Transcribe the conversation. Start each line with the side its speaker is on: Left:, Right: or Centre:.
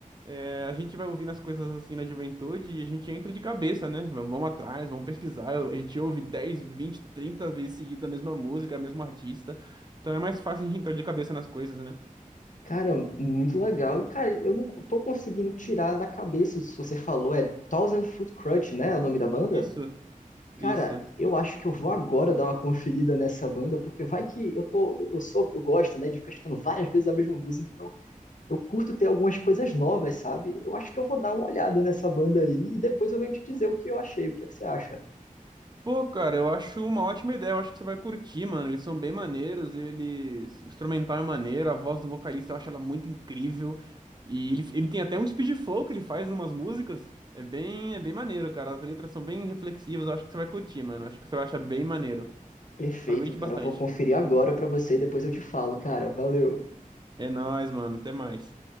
Right: é, a gente vai ouvindo as coisas assim na juventude e a gente entra de cabeça, né? V- Vamos atrás, vamos pesquisar. Eu- A gente ouve 10 20 30 vezes seguida a mesma música, o mesmo artista. Então é mais fácil a gente entrar de cabeça nas coisas, né?
Left: Cara, muito legal. E, cara, eu não tô conseguindo tirar da cabeça isso que você falou. É Thousand Foot Crutch, né? é O nome da banda?
Right: Isso,
Left: Cara,
Right: isso.
Left: eu acho que eu vou agora dar uma conferida nessa banda, porque vai que eu tô, eu, eu sou, eu gosto, né, de ficar escutando várias vezes a mesma música, então eu curto ter algumas coisas novas, sabe? Eu acho que eu vou dar uma olhada nessa banda aí e depois eu venho te dizer o que eu achei, o que é que você acha?
Right: Pô, cara, eu acho uma ótima ideia. Eu acho que você vai curtir, mano. Eles são bem maneiros, eles. O instrumental é maneiro, a voz do vocalista eu acho ela muito incrível. E ele, ele tem até um speed flow que ele faz em umas músicas. É bem, é bem maneiro, cara. As letras são bem reflexivas. Eu acho que você vai curtir, mano. Eu Acho que você vai achar bem maneiro.
Left: Perfeito,
Right: Aproveite
Left: cara,
Right: bastante.
Left: eu vou conferir agora pra você e depois eu te falo, cara. Valeu.
Right: É nóis, mano. Até mais.